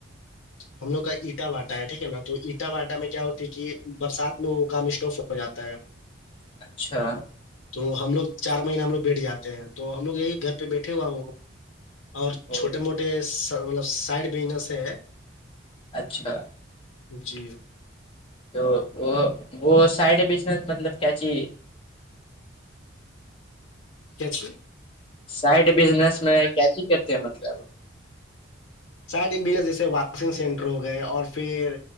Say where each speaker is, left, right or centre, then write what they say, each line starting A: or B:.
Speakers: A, on the left (about 75°); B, on the left (about 25°).
A: ہم لوگ کا اٹا باٹا ہے ٹھیک ہے نا تو اٹا واٹا میں کیا ہوتی ہے کہ برسات میں وہ کام اسٹوف ہو جاتا ہے <inaudible>
B: اچھا
A: تو ہم لوگ چار مہینے ہم لوگ بیٹھ جاتے ہیں تو ہم لوگ یہی گھر پہ بیٹھے ہوا وہ اور
B: او
A: چھوٹے موٹے مطلب سائڈ بیزنس ہے
B: اچھا
A: جی
B: تو وہ وہ سائڈ بزنس مطلب کیاچی
A: کیاچھی
B: سائڈ بزنس میں کیاسی کرتے ہیں مطلب
A: شاید بییا جیسے واکسنگ سینٹر ہو گئے اور پھر